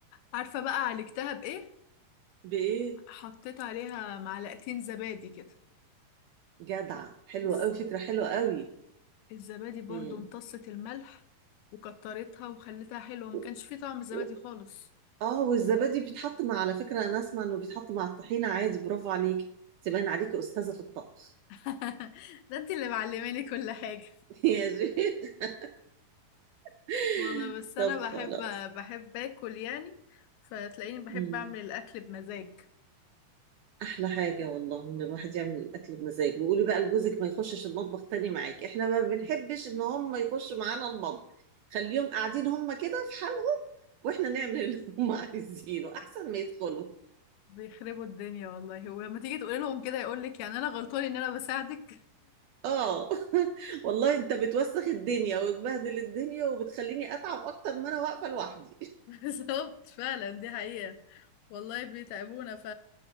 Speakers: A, on the left (about 85°); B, on the right (about 80°).
A: عارفة بقى عالجتها بإيه
B: بايه
A: حطيت عليها معلقتين زبادي كده
B: جدع حلوه
A: بس
B: قوي فكره حلوه قوي
A: الزبادي برضو
B: مم.
A: امتصت الملح وكترتها وخلتها حلوة ما
B: و-
A: كانش فيه طعم الزبادي
B: و-
A: خالص
B: اه والزبادي بيتحط مع على فكره انا اسمع انه بيتحط مع الطحينه عادي برافو عليك تبان عليكي استاذه في الطبخ
A: <laughs> ده انت اللي معلماني كل حاجة
B: <laughs> يا شيخ <laughs>
A: والله بس انا
B: طب
A: بحب
B: خلاص
A: بحب اكل يعني فتلاقيني بحب
B: مم.
A: اعمل الاكل بمزاج
B: احلى حاجه والله ان الواحد يعمل الاكل بمزاجه وقولي بقى لجوزك ما يخشش المطبخ تاني معاك احنا ما بنحبش ان هم يخشوا معانا المطبخ خليهم قاعدين هم كده في حالهم واحنا نعمل اللي هم <laughs> عايزينه احسن ما يدخلوا
A: بيخربوا الدنيا والله ولما تيجي تقولي لهم كده يقول لك يعني انا غلطان ان انا بساعدك
B: اه <laughs> والله انت بتوسخ الدنيا وبتبهدل الدنيا وبتخليني اتعب اكتر ما انا واقفه لوحدي
A: <laughs> بالظبط فعلا دي حقيقة والله بيتعبونا ف